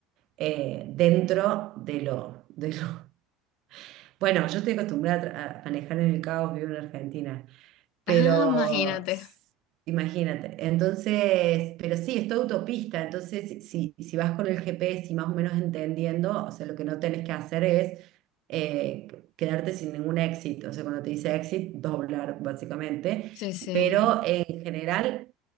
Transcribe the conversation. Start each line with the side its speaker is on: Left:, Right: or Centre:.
Right: eh, dentro de lo, de lo... <laughs> Bueno, yo estoy acostumbrada a tra- a manejar en el caos, vivo en Argentina, pero
Left: Ah, imagínate.
Right: s- imagínate, entonces, pero sí, es toda autopista, entonces si, si vas con el GPS y más o menos entendiendo, o sea, lo que no tenés que hacer es eh, quedarte sin ningún exit. O sea, cuando te dice exit, doblar básicamente.
Left: Sí, sí.
Right: Pero en general,